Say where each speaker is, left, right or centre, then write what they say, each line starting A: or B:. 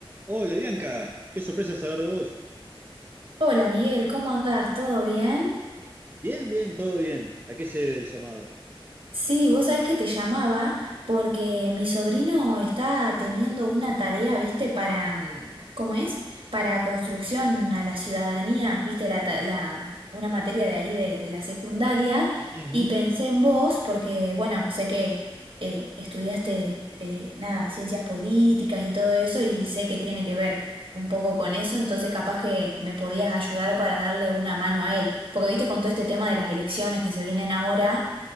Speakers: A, on the right; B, on the right.
A: Hola Bianca, qué sorpresa saber de vos.
B: Hola Miguel, ¿cómo andás? ¿Todo bien?
A: Bien, bien, todo bien. ¿A qué se debe el llamado?
B: Sí, vos sabés que te llamaba porque mi sobrino está teniendo una tarea, viste, para, mm, ¿cómo es? Para construcción a la ciudadanía, viste, la, ta- la- una materia de ahí de, de la secundaria,
A: Ujú.
B: y pensé en vos porque, bueno, sé que eh, estudiaste, eh, nada, ciencias políticas y todo eso, y sé que tiene que ver un poco con eso, entonces capaz que me podías ayudar para darle una mano a él, porque, viste, con todo este tema de las elecciones que se vienen ahora